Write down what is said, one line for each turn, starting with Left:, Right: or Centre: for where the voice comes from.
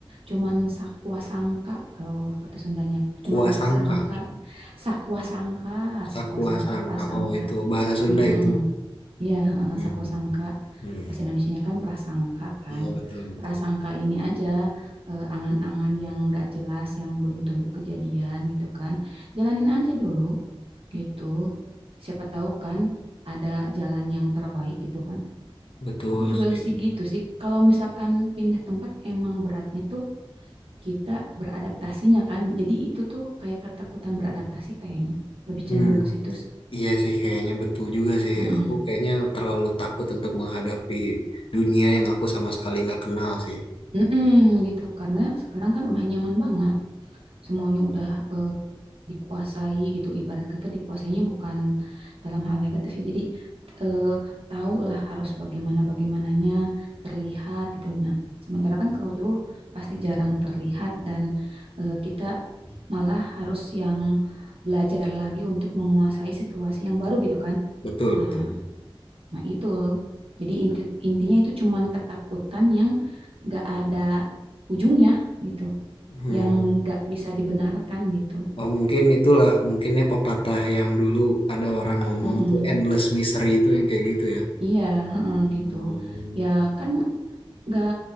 Right: Cuman sakwa sangka kalau kata Sundanya,
Left: Kuasangka,
Right: cuman prasangka. Sakwa sangka,
Left: sakuasangka.
Right: sakwa sangka tuh prasangka.
Left: Oh itu bahasa Sunda
Right: Mm-mm.
Left: itu.
Right: Iya, heeh,
Left: Hmm.
Right: sakosangka.
Left: Hmm.
Right: Bahasa Indonesianya kan prasangka kan.
Left: Iya betul betul.
Right: Prasangka ini aja eh, angan-angan yang nggak jelas, yang belum tentu kejadian gitu kan. Jalanin aja dulu gitu. Siapa tahu kan ada jalan yang terbaik gitu kan.
Left: Betul
Right: Aku juga
Left: sih.
Right: sih gitu sih. Kalau misalkan pindah tempat emang beratnya tuh kita beradaptasinya kan. Jadi itu tuh kayak ketakutan beradaptasi kayaknya. Lebih
Left: Hmm.
Right: cenderung ke situ.
Left: Iya sih, kayaknya betul juga sih.
Right: Mm-mm.
Left: Aku kayaknya terlalu takut untuk menghadapi dunia yang aku sama sekali nggak kenal sih.
Right: Mm-mm, gitu karena sekarang kan udah nyaman banget. semuanya udah eh, dikuasai gitu ibarat kata dikuasainya bukan dalam hal negatif ya jadi eh, tahu lah harus bagaimana bagaimananya terlihat gitu nah sementara kan kalau jauh pasti jarang terlihat dan eh, kita malah harus yang belajar lagi untuk menguasai situasi yang baru gitu kan
Left: Betul,
Right: nah
Left: betul.
Right: nah itu jadi inti, intinya itu cuman ketakutan yang nggak ada ujungnya gitu
Left: Hmm.
Right: yang nggak bisa dibenarkan gitu
Left: Oh, mungkin itulah, mungkinnya pepatah yang dulu ada orang ngomong
Right: Mm-mm.
Left: tuh endless misery itu yang kayak gitu ya.
Right: Iya, heeh,
Left: Hmm.
Right: gitu. Ya kan nggak